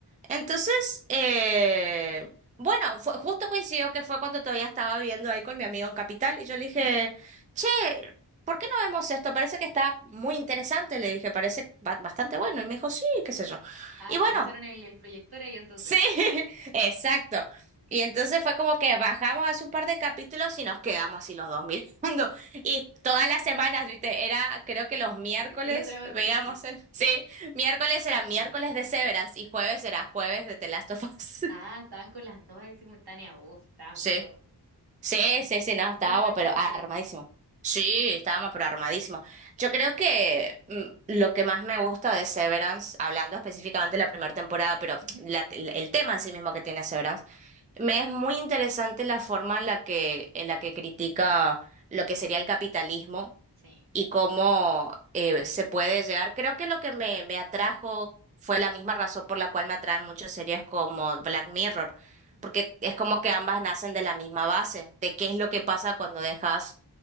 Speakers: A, on the right; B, on the right.
A: Entonces, eh, bueno, fue, justo coincidió que fue cuando todavía estaba viviendo ahí con mi amigo en Capital y yo le dije,
B: ujú.
A: che, ¿por qué no vemos esto? Parece que está muy interesante, le dije, parece ba- bastante bueno. Y me dijo, sí, qué sé yo.
B: Ah,
A: Y
B: aprovecharon
A: bueno.
B: el, el proyector ahí entonces.
A: Sí, <laughs> exacto. Y entonces fue como que bajamos hace un par de capítulos y nos quedamos así los dos <laughs> mirando. Y todas las semanas, ¿viste? Era, creo que los miércoles
B: <laughs> Una tras
A: veíamos
B: otra, sí.
A: el... <laughs> Sí, miércoles era miércoles
B: Sí.
A: de Severance y jueves era jueves de The Last of Us.
B: Ah,
A: <laughs>
B: estaban con las dos ahí simultáneas. Uf, está,
A: Sí,
B: pero
A: sí, sí, sí, no,
B: buena
A: estábamos
B: racha
A: pero
B: de
A: armadísimo.
B: serie.
A: Sí,
B: Sí.
A: estábamos pero armadísimo. Yo creo que mm, lo que más me gusta de Severance, hablando específicamente de la primera temporada, pero
B: Ujú,
A: la- el tema en sí mismo que tiene Severance, Me es muy interesante la forma en la que, en la que critica lo que sería el capitalismo
B: Sí.
A: y cómo eh, se puede llegar. Creo que lo que me, me atrajo fue la misma razón por la cual me atraen muchas series como Black Mirror,
B: Ujú.
A: porque es como que ambas nacen de la misma base, de qué es lo que pasa cuando dejas